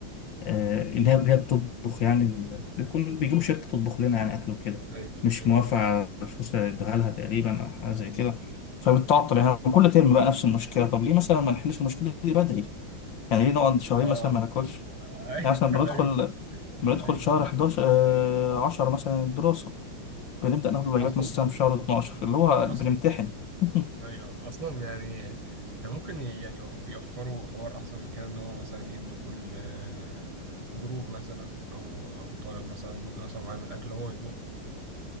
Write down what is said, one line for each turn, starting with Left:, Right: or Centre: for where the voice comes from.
Left: آه، اللي هي اللي هي بتطبخ يعني ال- بيكون بيجيبوا شركة تطبخ لنا يعني أكل وكده
Right: <laughs> ايوه
Left: مش
Right: اه
Left: موافقة على الفلوس اللي ادوها لها تقريبا أو حاجة زي كده فبتعطل يعني كل ترم بقى نفس المشكلة طب ليه مثلا ما نحلش المشكلة دي بدري؟ يعني ليه نقعد شهرين
Right: اه،
Left: مثلا ما ناكلش
Right: <laughs> ايوه
Left: يعني مثلا
Right: ايوه
Left: بندخل بندخل
Right: ايوه
Left: شهر
Right: ايوه
Left: 11 آه 10 مثلا الدراسة بنبدأ ناخد الواجبات
Right: اصلا
Left: مثلا في شهر 12 اللي هو
Right: اصلا
Left: بنمتحن <laughs>
Right: ايوه اصلا يعني كان ممكن ي- يعني يوف- يوفروا حوار احسن من كده ان هو مثلا يدوا كل آه، جروب مثلا او او طالب مثلا جزء مثلا معين من الاكل هو يطبخ